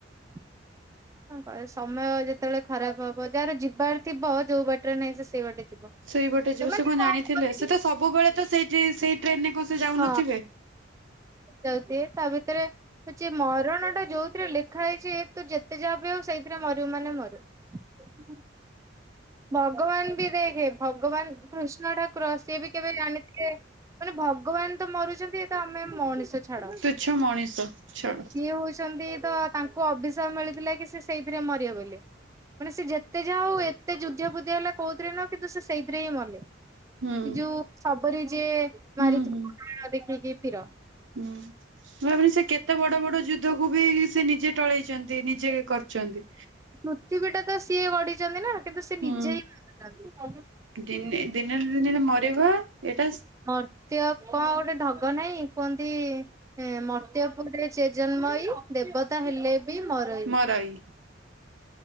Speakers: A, on the right; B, on the right.
A: କଣ କହିବ ସମୟ ଯେତେବେଳେ ଖରାପ ହବ, ଯାହାର ଯିବାର ଥିବ ଯୋଉ ବାଟରେ ନାହିଁ ସେ ସେଇ ବାଟରେ ଯିବ।
B: ସେଇପଟେ
A: ସେମାନେ
B: ଯିବ ସେ କଣ ଜାଣିଥିଲେ?
A: କରନ୍ତି
B: ସେ ତ ସବୁବେଳେ ତ ସେଇ ଟେ ସେଇ ଟ୍ରେନ ରେ କଣ ସେ ଯାଉନଥିବେ।
A: ହଁ ଯାଉଥିବେ ତା ଭିତରେ ହୋଉଛି ମରଣ ଟା ଯୋଉଥିରେ ଲେଖା ହେଇଛି ତୁ ଯେତେ ଯାହା ବି ହେଉ ସେଇଥିରେ ମରିବୁ ମାନେ ମରିଵୁ। <unintelligible> ଭଗବାନ ବି ଦେଖେ ଭଗବାନ କୃଷ୍ଣ ଠାକୁର ସିଏ ବି କେବେ ଜାଣିଥିଲେ ମାନେ ଭଗବାନ ତ ମରୁଚନ୍ତି ଏ ତ ଆମେ ମଣିଷ। ଛାଡ
B: ତୁଚ୍ଛ ମଣିଷ ଛାଡ
A: ସିଏ ହୋଉଚନ୍ତି ତ ତାଙ୍କୁ ଅଭିଶାପ ମିଳିଥିଲା କି ସେ ସେଇଥିରେ ମରିବେ ବୋଲି। ମାନେ ସେ ଯେତେ ଯାହା ହୋଉ ଏତେ ଯୁଦ୍ଧ ଫୁ ଯୁଦ୍ଧ ହେଲା କୋଉଥିରେ ନୁହଁ କିନ୍ତୁ ସେ ସେଇଥିରେ ହିଁ ମଲେ।
B: ହୁଁ
A: ଯୋଉ ଶବରି ଯିଏ
B: ହୁଁ
A: ମାରିଥିବ
B: ହୁଁ।
A: <unintelligible> ଦେଖିକି ତୀର
B: ହୁଁ ମୁଁ ଭାବେନି ସେ କେତେ ବଡ ବଡ ଯୁଦ୍ଧକୁ ବି ସେ ନିଜେ ଟଳେଇଚନ୍ତି ନିଜେ କରିଚନ୍ତି।
A: ପୃଥିବୀଟା ତ ସିଏ ଗଢିଛନ୍ତି ନା କିନ୍ତୁ ସେ
B: ହୁଁ
A: ନିଜେ ହି ମାରୁଚନ୍ତି।
B: ଦିନେ ଦିନେ ନା ଦିନେ <unintelligible> ମରିବା ଏଇଟା
A: ମର୍ତ୍ତ୍ୟ କଣ ଗୋଟେ ଢଗ ନାହିଁ କୁହନ୍ତି ହେ ମର୍ତ୍ତ୍ୟ ପୁରେ ସେ ଜନ୍ମଇ ଦେବତା ହେଲେ ବି ମର
B: ମରଇ